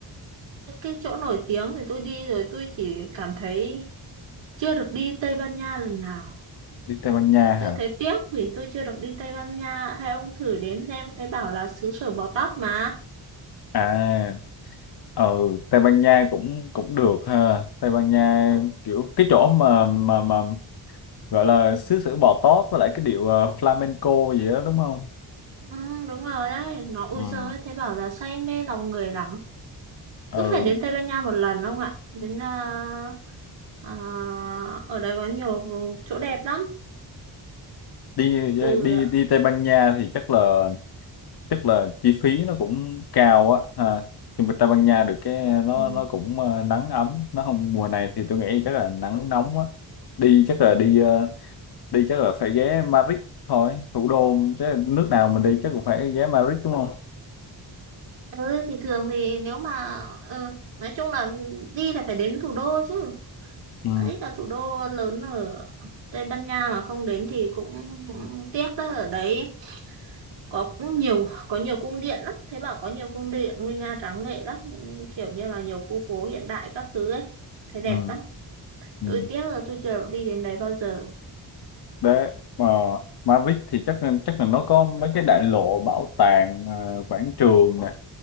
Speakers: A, on the right; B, on the left.
A: những cái chỗ nổi tiếng thì tôi đi rồi tôi chỉ cảm thấy chưa được đi Tây Ban Nha lần nào.
B: đi Tây Ban Nha hả
A: Tôi thấy tiếc vì tôi chưa được đi Tây Ban Nha. Hay ông thử đến xem, thấy bảo là xứ sở bò tót mà.
B: à ờ Tây Ban Nha cũng cũng được ha Tây Ban Nha kiểu cái chỗ mà mà mà gọi là xứ sở bò tót với lại cái điệu ờ, flamenco gì đó đúng không
A: Ừ, đúng rồi đấy, nó ui
B: ừ.
A: giời, ơi, thấy bảo là say mê lòng người lắm. Cứ
B: ừ
A: phải đến Tây Ban Nha một lần ông ạ. Đến à, à, ở đây có nhiều chỗ đẹp lắm
B: đi
A: ừ
B: đi
A: ạ.
B: đi Tây Ban Nha thì chắc là chắc là chi phí nó cũng cao á ha nhưng mà Tây Ban Nha được cái nó
A: Ừ.
B: nó cũng ờ, nắng ấm nó không mùa này thì tôi nghĩ chắc là nắng nóng á đi chắc là đi ờ, đi chắc là phải ghé Madrid thôi thủ đô chứ nước nào mình đi chắc cũng phải ghé Madrid đúng không
A: ừ thì thường thì nếu mà ừ, nói chung là đi là phải đến thủ đô chứ
B: ừ
A: Madrid là thủ đô lớn ở Tây Ban Nha mà không đến thì cũng, cũng tiếc đó ở đấy có cũng nhiều có nhiều cung điện lắm thấy bảo có nhiều cung điện nguy nga tráng lệ lắm những kiểu như là nhiều khu phố hiện đại các thứ ấy thấy đẹp
B: ừ
A: lắm
B: ừ
A: tôi tiếc là tôi chưa được đi đến đấy bao giờ
B: Đấy mà Madrid thì chắc là chắc là nó có mấy cái đại lộ bảo tàng ờ, quảng trường nè